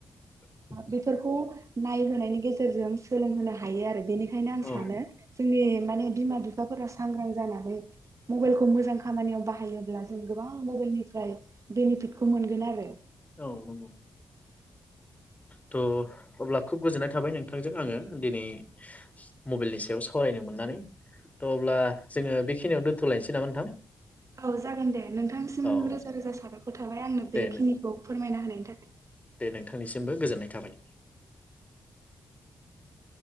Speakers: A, on the left; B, on the right.
A: <unintelligible>
B: बेफोरखौ नायहोनायनि गेजेरजों। सोलोंहोनो हायो आरो बेनिखायनो आं
A: औ
B: सानो जोंनि। माने बिमा बिफाफोरा सांग्रां जानानै मबाइलखौ मोजां खामानियाव बाहायोब्ला जों गोबां मबाइलनिफ्राय बेनिफिटखौ मोनगोन आरो।
A: औ नंगौ थ' अब्ला खुब गोजोननाय थाबाय नोंथांजों आंङो दिनै मबाइलनि सायाव सावरायनो मोननानै थ' अब्ला जोंङो बेखिनियाव दोन्थ'लायनोसै नामा नोंथां।
B: औ जागोन दे नोंथांसिम
A: औ
B: रोजा रोजा साबायखर थाबाय आंनो
A: दे
B: बेखिनिखौ। फोरमायना होनायनि थाखाय।
A: दे नोंथांनिसिमबो गोजोननाय थाबाय। <inaudible>